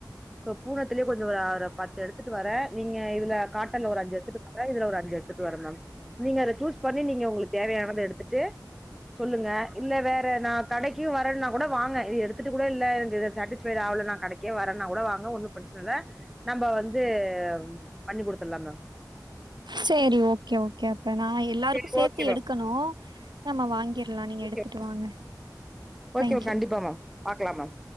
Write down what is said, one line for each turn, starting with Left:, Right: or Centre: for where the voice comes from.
Centre: சோ பூனத்துலயே கொஞ்சோ ஒரு பத்து எடுத்துட்டு வர நீங்க இதுல காட்டன்ல ஒரு அஞ்சு எடுத்துட்டு இதுல ஒரு அஞ்சு எடுத்துட்டு வரனும் நீங்க அத சூஸ் பண்ணி நீங்க உங்ளுக்கு தேவயானத எடுத்துட்டு சொல்லுங்க இல்ல வேற நா கடைக்கு வரனா கூட வாங்க இது எடுத்துட்டு கூட இல்ல எ இது சாட்டிஸ்ஃபைட் ஆவல்லனா கடைக்கே வரன்னா கூட வாங்க ஒன்னு பிரச்சனல்ல நம்ம வந்து பண்ணி குடுத்தரலா மேம்
Right: செரி ஓகே ஓகே அப்ப நா எல்லாருக்கு
Centre: சரி
Right: சேத்து
Centre: ஓகே
Right: எடுக்கணு
Centre: மேம்
Right: நம்ம வாங்கிற்லா நீங்க
Centre: ஓகே
Right: எடுத்துட்டு வாங்க
Centre: ஓகே
Right: தேங்க்யூ.
Centre: கண்டிப்பா மேம் பாக்லா மேம்